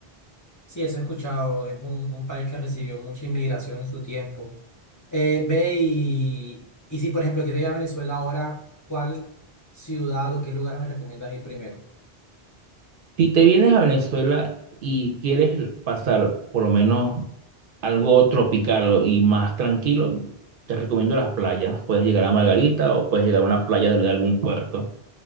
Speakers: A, on the left (about 25°); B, on the right (about 60°).
A: Sí, eso he escuchado, es un, un país que recibió mucha inmigración en su tiempo. Eh, ve y, y si, por ejemplo, quiero ir a Venezuela ahora, ¿cuál ciudad o qué lugar me recomiendas ir primero?
B: Si te vienes a Venezuela y quieres pasar por lo menos algo tropical y más tranquilo, te recomiendo las playas. Puedes llegar a Margarita o puedes llegar a una playa de de algún puerto.